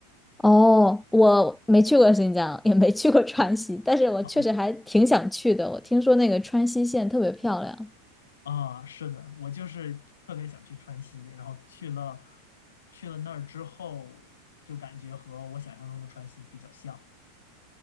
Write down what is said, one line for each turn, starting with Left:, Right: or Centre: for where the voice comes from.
Centre: 哦，我没去过新疆，也没去过川西，但是我确实还挺想去的。
Left: 啊
Centre: 我听说那个川西线特别漂亮。
Left: 啊，啊是的，我就是特别想去川西，然后去了去了那儿之后，就感觉和我想象中的川西比较像，